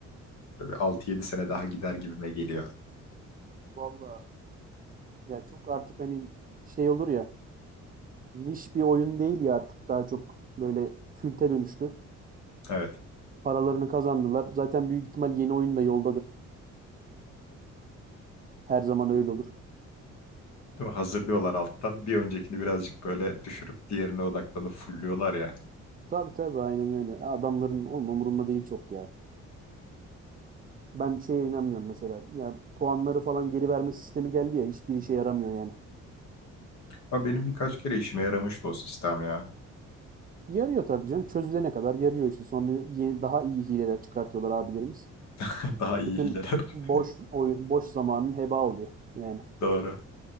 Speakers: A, on the left; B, on the right.
A: Böyle 6-7 sene daha gider gibime geliyor.
B: Valla ya çok artık hani şey olur ya niş bir oyun değil ya artık daha çok böyle külte dönüştü.
A: Evet.
B: Paralarını kazandılar. Zaten büyük ihtimal yeni oyun da yoldadır. Her zaman öyle olur.
A: Değil mi? Hazırlıyorlar alttan. Bir öncekini birazcık böyle düşürüp diğerine odaklanıp fulluyorlar ya.
B: Tabii tabii aynen öyle. Adamların oğlum umurunda değil çok ya. Ben şeye inanmıyorum mesela. Ya puanları falan geri verme sistemi geldi ya hiçbir işe yaramıyor yani.
A: Ama benim birkaç kere işime yaramıştı o sistem ya.
B: Yarıyor tabii canım. Çözülene kadar yarıyor işte. Sonra yeni, daha iyi hileler çıkartıyorlar abilerimiz.
A: <laughs> Daha
B: Bütün
A: iyi hileler.
B: boş
A: <laughs>
B: oy- boş zamanın heba oluyor. Yani
A: Doğru.